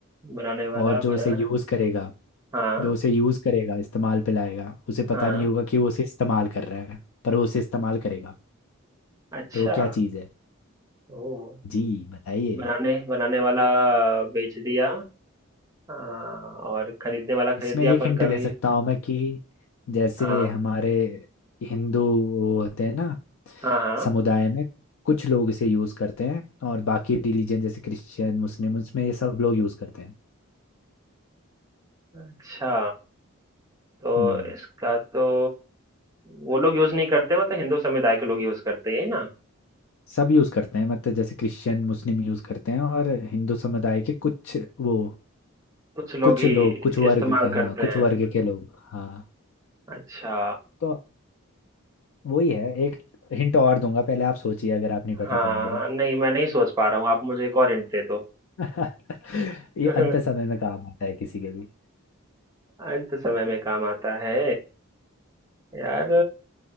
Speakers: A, on the right (about 15°); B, on the left (about 65°).
A: बनाने वाला
B: और जो
A: बना
B: उसे यूज़ करेगा
A: हाँ
B: जो उसे यूज़ करेगा इस्तेमाल पे लाएगा उसे पता
A: हाँ
B: नहीं होगा कि वो उसे इस्तेमाल कर रहा है पर वो उसे इस्तेमाल करेगा
A: अच्छा
B: तो वो क्या चीज़ है
A: ओह
B: जी बताइए
A: बनाने बनाने वाला बेच दिया आ, और खरीदने वाला खरीद
B: इसमें
A: दिया
B: एक
A: पर
B: हिंट
A: कभी
B: दे सकता हूँ मैं कि जैसे
A: हाँ
B: हमारे हिंदू वो होते हैं ना
A: हाँ हाँ
B: समुदाय में कुछ लोग इसे यूज करते हैं और बाकी रिलीजन जैसे क्रिश्चियन मुस्लिम उसमें ये सब लोग यूज करते हैं
A: अच्छा तो
B: हम्म
A: इसका तो वो लोग यूज नहीं करते मतलब हिंदू समुदाय के लोग यूज करते हैं यही ना
B: सब यूज करते हैं मतलब जैसे क्रिश्चियन मुस्लिम यूज करते हैं और हिंदू समुदाय के कुछ वो
A: कुछ लोग
B: कुछ
A: ही
B: लोग कुछ वर्ग
A: इस्तेमाल
B: के हाँ
A: करते
B: कुछ
A: हैं
B: वर्ग के लोग हाँ
A: अच्छा
B: तो वही है एक हिंट और दूंगा पहले आप सोचिए अगर आप नहीं बता
A: हाँ
B: पाएंगे तो
A: नहीं मैं नहीं सोच पा रहा हूँ आप मुझे एक और हिंट दे दो
B: <laughs> ये
A: <laughs>
B: अंत समय में काम आता है किसी के भी
A: अंत समय में काम आता है यार